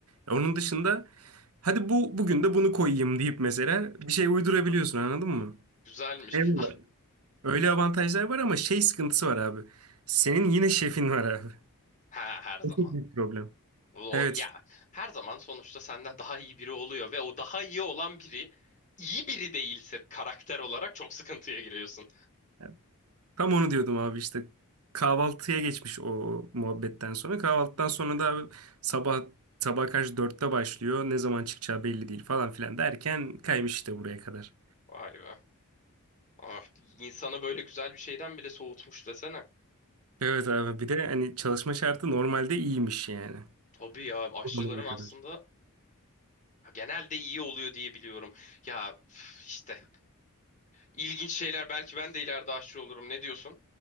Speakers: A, on the right; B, on the left.
A: E, Onun dışında hadi bu bugün de bunu koyayım deyip mesela bir şey uydurabiliyorsun anladın mı?
B: Güzelmiş.
A: Eyvallah.
B: Ha,
A: Öyle avantajlar var ama şey sıkıntısı var abi. Senin yine şefin var abi. <laughs>
B: ha her zaman.
A: O çok büyük problem.
B: O,
A: Evet.
B: ya her zaman sonuçta senden daha iyi biri oluyor ve o daha iyi olan biri iyi biri değilse karakter olarak çok sıkıntıya giriyorsun.
A: <laughs> Tam onu diyordum abi işte kahvaltıya geçmiş o muhabbetten sonra. Kahvaltıdan sonra da abi sabah sabah karşı dörtte başlıyor. Ne zaman çıkacağı belli değil falan filan derken kaymış işte buraya kadar.
B: Vay be. Ah, insanı böyle güzel bir şeyden bile soğutmuş desene.
A: Evet abi bir de hani çalışma şartı normalde iyiymiş yani.
B: Tabii ya aşçıların
A: O zamana
B: aslında
A: kadar.
B: ya genelde iyi oluyor diye biliyorum. Ya üf, işte ilginç şeyler belki ben de ileride aşçı olurum. Ne diyorsun?